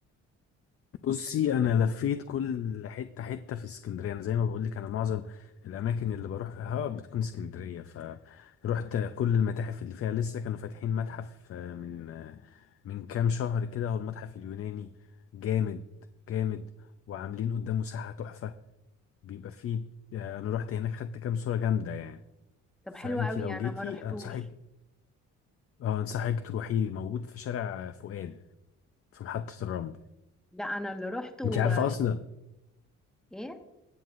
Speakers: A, on the left (about 50°); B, in the centre.
A: بصي انا لفيت كل حته حته في اسكندريه انا زي ما بقول لك انا معظم الاماكن اللي بروح فيها بتكون اسكندريه فروحت كل المتاحف اللي فيها لسه كانوا فاتحين متحف آه، من آه، من كام شهر كده هو المتحف اليوناني جامد جامد وعاملين قدامه ساحه تحفه بيبقى فيه آه، انا رحت هناك خدت كام صوره جامده يعني
B: طب
A: فانتي
B: حلو قوي
A: لو
B: انا
A: جيتي
B: ما روحتوش
A: انصحك اه انصحك تروحي موجود في شارع فؤاد في محطه الرمل
B: لا انا اللي روحته
A: انتي عارفه
B: آه،
A: اصلا
B: ايه